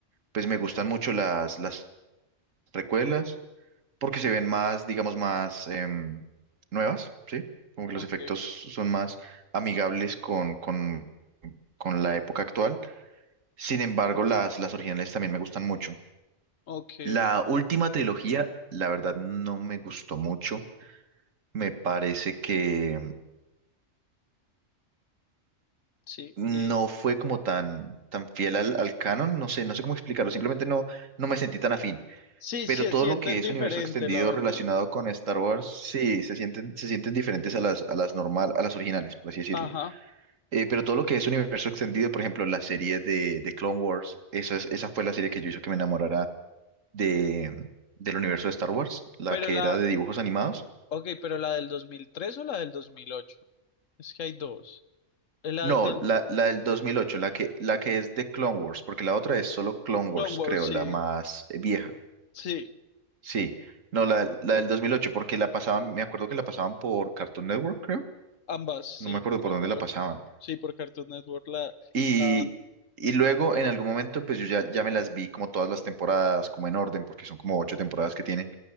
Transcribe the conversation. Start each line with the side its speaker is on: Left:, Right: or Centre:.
Right: pues me gustan mucho las, las precuelas porque se ven más, digamos, más em, nuevas, ¿sí? Como que
Left: ok,
Right: los efectos son más amigables con, con, con la época actual. Sin embargo, las, las originales también me gustan mucho.
Left: ok,
Right: La
Left: ok,
Right: última trilogía, la verdad, no me gustó mucho. Me parece que
Left: sí.
Right: no
Left: eh,
Right: fue como tan, tan fiel al, al canon. No sé, no sé cómo explicarlo. Simplemente no, no me sentí tan afín.
Left: Sí,
Right: Pero
Left: se
Right: todo
Left: sienten
Right: lo que es
Left: diferente,
Right: universo extendido
Left: la verdad.
Right: relacionado con Star Wars, sí, se sienten, se sienten diferentes a las, a las normal, a las originales, por así decirlo.
Left: Ajá.
Right: Eh, pero todo lo que es universo extendido, por ejemplo, la serie de, de Clone Wars, eso es, esa fue la serie que yo hizo que me enamorara de, del universo de Star Wars, la
Left: Pero
Right: que
Left: la,
Right: era de dibujos animados.
Left: ok, pero la del 2003 o la del 2008. Es que hay dos. La
Right: No,
Left: del
Right: la, la del 2008 la que, la que es de Clone Wars, porque la otra es solo Clone Wars,
Left: Clone Wars,
Right: creo, la
Left: sí.
Right: más eh, vieja.
Left: Sí,
Right: Sí, no, la, la del 2008 porque la pasaban, me acuerdo que la pasaban por Cartoon Network, creo.
Left: ambas,
Right: No
Left: sí,
Right: me acuerdo
Left: correcto.
Right: por dónde la pasaban.
Left: Sí, por Cartoon Network, la,
Right: Y,
Left: la,
Right: y luego, en algún momento, pues yo ya, ya me las vi como todas las temporadas, como en orden, porque son como ocho temporadas que tiene.